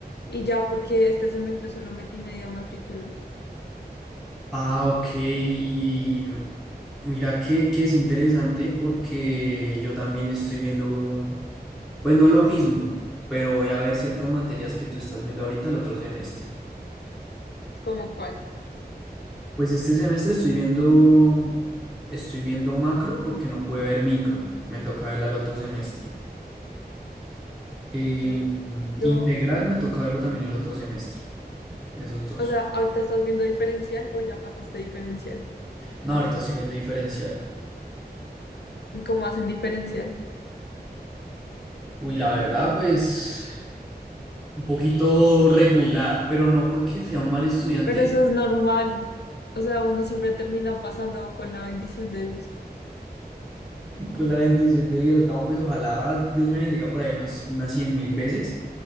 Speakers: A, on the left; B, in the centre.
A: y ya porque este semestre solo metí media matrícula.
B: Ah, ok. Y mira que, que es interesante porque yo también estoy viendo Pues no lo mismo, pero voy a ver ciertas materias que tú estás viendo ahorita el otro semestre.
A: ¿Cómo cuál?
B: Pues este semestre estoy viendo, estoy viendo macro porque no pude ver micro. Me toca verla el otro semestre. Eh,
A: Ok. Yo,
B: integral me toca verlo también el otro semestre. Esos dos.
A: o sea, ahorita estás viendo diferencial o ya pasaste diferencial.
B: No, ahorita estoy viendo diferencial.
A: ¿Y ¿Cómo hacen diferencial?
B: Uy, la verdad, pues un poquito regular, pero no porque sea un mal estudiante,
A: Pero eso es normal. O sea, uno siempre termina pasando con la bendición de Dios.
B: Con la bendición de Dios, no, pues ojalá Dios me bendiga por ahí unas, unas cien mil veces.